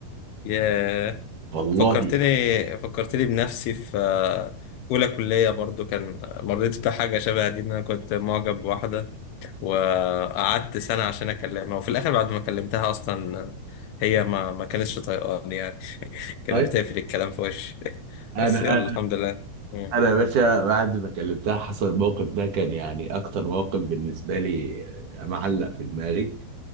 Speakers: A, on the left; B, on the right.
A: يا
B: والله
A: فكرتني فكرتني بنفسي في آه، اولى كليه برضو كان مريت بحاجه شبه دي ان انا كنت معجب بواحده وقعدت سنة عشان أكلمها وفي الآخر بعد ما كلمتها أصلا هي ما ما كانتش طايقاني يعني <laughs> كانت
B: طيب
A: بتقفل الكلام في وشي <laughs>
B: انا
A: بس يلا
B: انا
A: الحمد لله مم.
B: انا يا باشا بعد ما كلمتها حصل الموقف ده كان يعني اكتر موقف بالنسبه لي معلق في دماغي